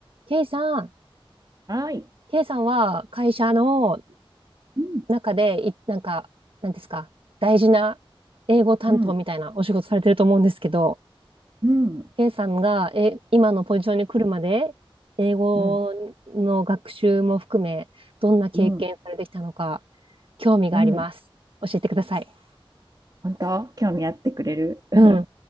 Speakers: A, on the right; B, on the right.
A: K さん、
B: はい。
A: K さんは会社の
B: うん、
A: 中でい、なんか、なんですか、大事な英語担当みたいなお仕事されてると思うんですけど、
B: うん、うん、
A: K さんがえ今のポジションに来るまで、英語の学習も含め、
B: うん、うん、
A: どんな経験されてきたのか、
B: うん。
A: 興味があります。
B: うん
A: 教えてください。
B: 本当興味あってくれる <laughs>
A: うん、